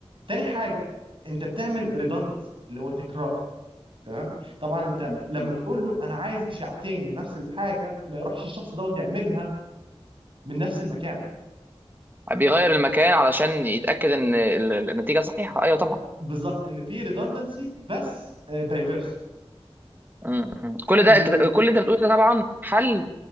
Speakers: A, on the right; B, on the right.
A: تاني حاجه انت بتعمل ريدندنسي اللي هو تكرار تمام طبعا انت
B: مم.
A: لما
B: مم.
A: تقول له انا عايز اشاعتين لنفس الحاجه ما يروحش الشخص دوت يعملها من نفس المكان
B: بيغير المكان علشان يتأكد إن ال- ال- النتيجة صحيحة أيوه طبعا
A: بالظبط ان في ريدندنسي بس دايفيرس
B: مم. مم. كل ده
A: دي
B: كل اللي أنت بتقوله ده طبعا حل